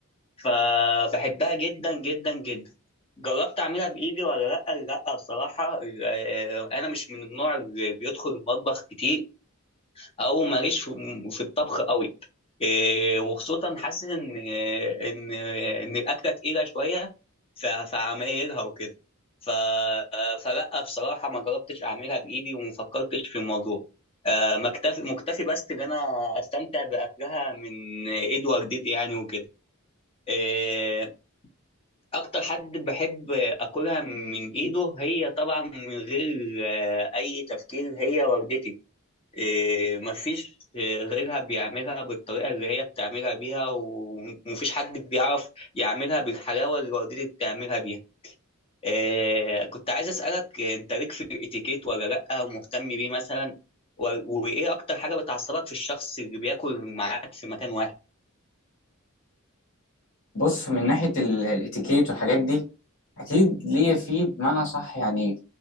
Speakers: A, on the left; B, on the left.
A: فبحبها جدا جدا جدا جربت اعملها بايدي ولا لا لا بصراحه آه، انا مش من النوع اللي بيدخل المطبخ كتير او ماليش في في الطبخ قوي آه، وخصوصا حاسس ان آه، ان آه، ان الاكله تقيله شويه ف- فعمايلها وكده ف آه، فلا بصراحه ما جربتش اعملها بايدي وما فكرتش في الموضوع آه، مكتفي مكتفي بس ان انا استمتع باكلها من ايد والدتي يعني وكده آه، اكتر حد بحب اكلها من ايده هي طبعا من غير آه، اي تفكير هي والدتي آه، مفيش آه، غيرها بيعملها بالطريقه اللي هي بتعملها بيها و- ومفيش حد بيعرف يعملها بالحلاوه اللي والدتي بتعملها بيها آه، كنت عايز اسالك آه، انت ليك في الاتيكيت ولا لا مهتم بيه مثلا و- وايه اكتر حاجه بتعصبك في الشخص اللي بياكل معاك في مكان واحد
B: بص من ناحية ال- الاتيكيت والحاجات دي أكيد ليا فيه بمعنى صح يعني